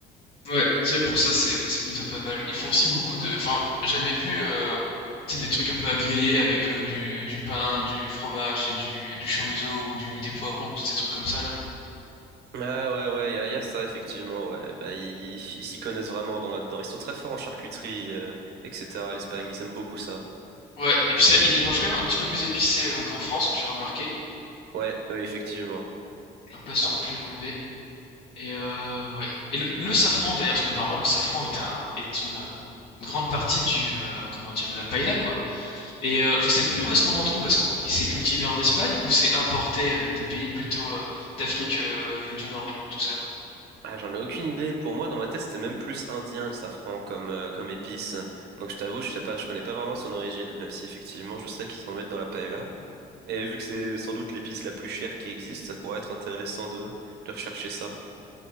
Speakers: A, on the left (about 65°); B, on the right (about 75°).
A: Ouais, c'est vrai que pour ça, c'est, c'est plutôt pas mal. Ils font aussi beaucoup de. Enfin, j'avais vu euh, tu sais, des trucs un peu à griller avec euh, du, du pain, du fromage et du, du chorizo ou du, des poivrons, tous ces trucs comme ça, là.
B: Ah ouais, ouais, il y a, y a ça, effectivement, ouais. Bah, ils ils s'y connaissent vraiment dans là-dedans. Ils sont très forts en charcuterie, euh, etc. L'Espagne, ils aiment beaucoup ça.
A: Ouais, et puis ça, ils ils mangent quand même un petit peu plus épicé euh, qu'en France, j'ai remarqué.
B: Ouais, oui, effectivement.
A: Leurs plats sont plus relevés Et euh, ouais. Et le, le safran d'ailleurs, parce que normalement le safran est un est une euh, grande partie du euh, comment dire de la paella quoi. Et euh, je sais plus où est-ce qu'on en trouve. Est-ce qu'on c'est cultivé en Espagne ou c'est importé euh, des pays plutôt euh, d'Afrique euh, du Nord, tout ça.
B: Ah, j'en ai aucune idée. Pour moi, dans ma tête, c'était même plus indien, le safran, comme, euh, comme épice. Donc, je t'avoue, je sais pas, je connais pas vraiment son origine, même si, effectivement, je sais qu'ils en mettent dans la paella. Et vu que c'est sans doute l'épice la plus chère qui existe, ça pourrait être intéressant de, de rechercher ça.